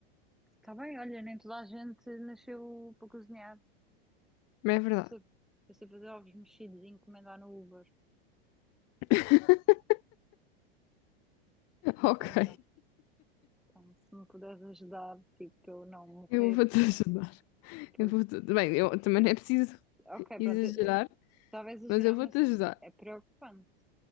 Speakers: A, in the centre; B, on the left.
A: Está bem, olha, nem toda a gente nasceu para cozinhar.
B: Mas é verdade.
A: Eu sei, eu sei fazer ovos mexidos e encomendar no Uber.
B: <laughs> Ok.
A: Pronto, então se me puderes ajudar, tipo, para eu não morrer,
B: Eu vou-te ajudar.
A: porque,
B: Eu vou-te... Bem, eu também não é preciso
A: ok,
B: exagerar,
A: pronto, eu- eu- estava a exagerar,
B: mas eu vou-te
A: mas
B: ajudar.
A: é preocupante,